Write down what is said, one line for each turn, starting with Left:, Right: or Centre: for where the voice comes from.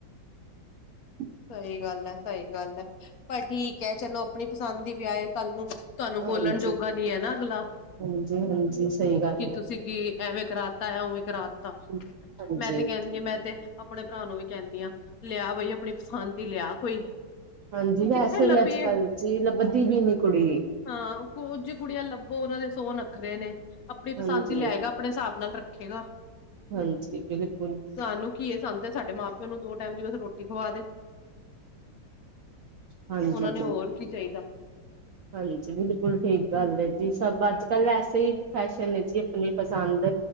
Right: <unintelligible>
Left: ਸਹੀ ਗੱਲ ਹੈ, ਸਹੀ ਗੱਲ ਹੈ। ਪਰ ਠੀਕ ਹੈ, ਚਲੋ ਆਪਨੀ ਪਸੰਦ ਦੀ ਵਿਆਹ ਈ ਕੱਲ ਨੂੰ ਤੁਹਾਨੂੰ
Right: ਹਾਂਜੀ,
Left: ਬੋਲਣ ਜੋਗਾ ਨੀ ਐ ਨਾ ਅਗਲਾ।
Right: ਹਾਂਜੀ, ਹਾਂਜੀ ਸਹੀ ਗੱਲ
Left: ਕੀ ਤੁਸੀਂ ਕੀ ਐਵੇਂ ਕਰਾਤਾ ਉਵੇਂ ਕਰਾਤਾ।
Right: ਹੈ। ਹਾਂਜੀ,
Left: ਮੈਂ ਤੇ ਕਹਿੰਦੀ ਆ, ਮੈਂ ਤੇ ਆਪਣੇ ਭਰਾ ਨੂੰ ਵੀ ਕਹਿੰਦੀ ਆ ਲੇਆ ਬਈ ਆਪਣੀ ਪਸੰਦ ਦੀ ਲਿਆ ਕੋਈ।
Right: ਹਾਂਜੀ ਵੈਸੇ
Left: ਕਿੱਥੇ ਲੱਭੀਏ
Right: ਵੀ ਅੱਜ ਕੱਲ ਜੀ ਲੱਬਦੀ ਵੀ ਨੀ ਕੁੜੀ।
Left: ਹਾਂ ਕੁੱਝ ਕੁੜੀਆਂ ਲੱਭੋ ਉਹਨਾ ਦੇ ਸੋ ਰੱਖ ਰਹੇ ਨੇ ਆਪਣੀ ਪਸੰਦ
Right: ਹਾਂਜੀ,
Left: ਹੀ ਲਏਗਾ। ਆਪਣੇ ਹਿਸਾਬ ਨਾਲ ਰੱਖੇਗਾ।
Right: ਹਾਂਜੀ, ਬਿਲਕੁਲ।
Left: ਸਾਨੂੰ ਕੀ <inaudible> ਸਾਡੇ ਮਾਂ ਪਿਓ ਨੂੰ ਦੋ ਟਾਈਮ ਦੀ ਬਸ ਰੋਟੀ ਖਵਾ ਦੇ।
Right: ਹਾਂਜੀ
Left: ਉਹਨਾ ਨੇ
Right: ਜੀ।
Left: ਹੋਰ ਕੀ ਚਾਈਦਾ?
Right: ਹਾਂਜੀ ਬਿਲਕੁਲ ਠੀਕ ਗੱਲ ਏ ਜੀ। ਸਭ ਅੱਜ ਕੱਲ ਐਸੇ ਹੀ ਫੈਸ਼ਨ ਹੈ ਜੀ ਆਪਣੀ ਪਸੰਦ